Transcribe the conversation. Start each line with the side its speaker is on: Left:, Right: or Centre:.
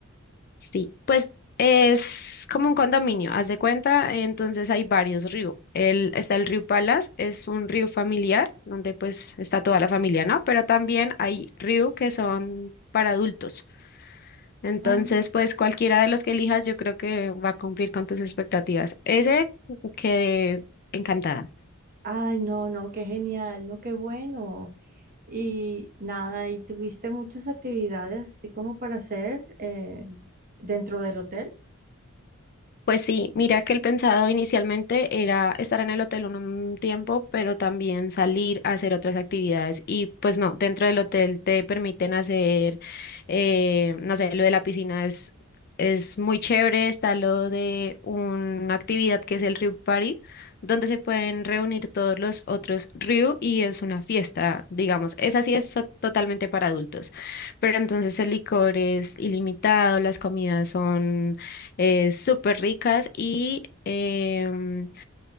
Left: Sí, pues es como un condominio, haz de cuenta, entonces hay varios ríos. El, está el río Palas, es un río familiar, donde pues está toda la familia, ¿no? Pero también hay ríos que son para adultos. Entonces,
Right: Ah,
Left: pues cualquiera de los que elijas, yo creo que va a cumplir con tus expectativas. Ese quedé encantada.
Right: ay, no, no, qué genial, no, qué bueno. Y nada, ¿y tuviste muchas actividades así como para hacer eh, dentro del hotel?
Left: Pues sí, mira que el pensado inicialmente era estar en el hotel un, un tiempo, pero también salir a hacer otras actividades. Y pues no, dentro del hotel te permiten hacer, eh, no sé, lo de la piscina es, es muy chévere, está lo de una actividad que es el Ryu Party, donde se pueden reunir todos los otros Ryu y es una fiesta, digamos. Esa sí es so- totalmente para adultos, pero entonces el licor es ilimitado, las comidas son eh, súper ricas y em,